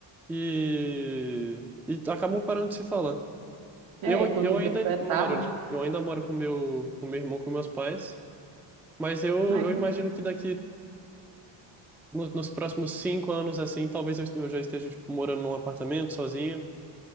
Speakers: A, in the centre; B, on the right.
A: e, e acabam parando de se falar.
B: É,
A: Eu,
B: quando
A: eu
B: vê
A: ainda
B: já é tarde.
A: moro, né? Eu ainda moro com meu, com meu irmão, com meus pais. Mas eu,
B: Ai,
A: eu
B: que-
A: imagino que daqui no- nos próximos cinco anos, assim, talvez eu, est- eu já esteja, tipo, morando num apartamento sozinho.